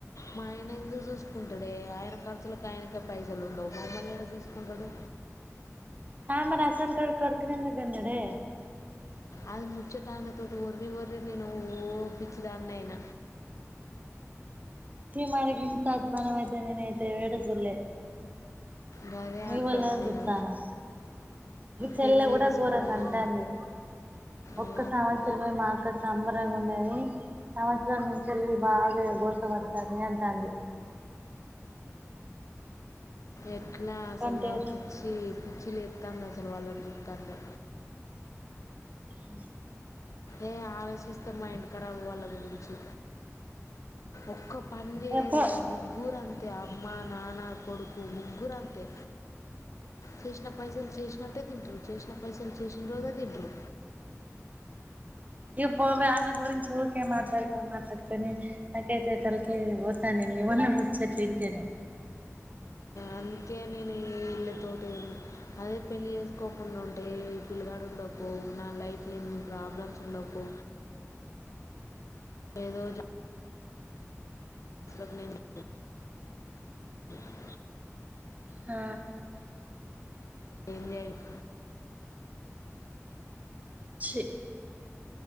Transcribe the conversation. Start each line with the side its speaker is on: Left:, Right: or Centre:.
Left: మా ఆయన ఎందుకు చూ చూసుకుంటాడే ఆయన ఖర్చులకు ఆయనకె పైసలు ఉండవు మమ్మల్ని ఎడా చూసుకుంటాడు
Right: క మరి అసాంటోడు కొడుకునేందుకు కనడే
Left: అది ముచ్చటానతోటి వరిరి వరిరి నేను ఓ పిచ్చిదాన్ని అయిన
Right: చీ మరి గింత్ గోరం నేనైతే ఎడా చూడలే
Left: గదే
Right: మీ
Left: అంటున్నా
Right: వళ్ళంనే
Left: నేను
Right: చూతానా మీ చెల్లే
Left: పెళ్ళి
Right: కూడా
Left: చేసుకొని
Right: ఘోరంగా అంటాంది ఒక్క
Left: ఆ,
Right: సంవత్సరమే మా అక్కకి సంబరంగా ఉన్నది సంవత్సరం నుంచి వెళ్ళి బాగా బోస పడతంద అంటాంది
Left: ఎట్లా
Right: ఎందుకంటే
Left: అసలు నాకు పిచ్చి పిచ్చి లే తంది అసలు వాళ్లని చుతంటే
Right: ఉ
Left: ఏ ఆలోచిస్తే మైండ్ కరాబ్ వాళ్ళ గురించి ఒక్క పని చేయరే
Right: ఎప్పు
Left: ముగ్గురంతే అమ్మ నాన్న కొడుకు ముగ్గురంతే చేసిన పైసలు చేసినట్టే తింటారు చేసిన పైసలు చేసిన రోజే తింటురు
Right: ఇ బ పోవ్ వాళ్ళ గురించి ఊరికే మాట్లాడుక మాట్లాడుకొని నాకైతే తలకె పోతాంది లేవన్న ముచ్చటింటేనే
Left: అందుకే నేను ఈ ఇళ్ళతోటి అదే పెళ్ళి చేసుకోకుండా ఉంటేయి పిల్లగాడు ఉండపో నా లైఫ్ ఎన్ని ప్రాబ్లమ్స్ ఉండపో ఏదోజా స
Right: ఆ
Left: ఏం లేదు
Right: చి